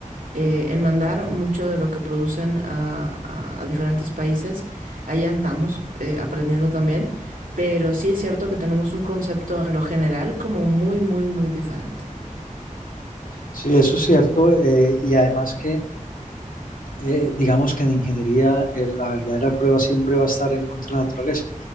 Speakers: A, on the right (about 85°); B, on the left (about 85°).
A: eh, en mandar mucho de lo que producen a, a- a diferentes países. Ahí andamos eh, aprendiendo también, pero sí es cierto que tenemos un concepto en lo general como muy, muy, muy diferente.
B: Sí, eso es cierto. eh, y además que, eh, digamos que en ingeniería eh, la verdadera prueba siempre va a estar en contra de la naturaleza.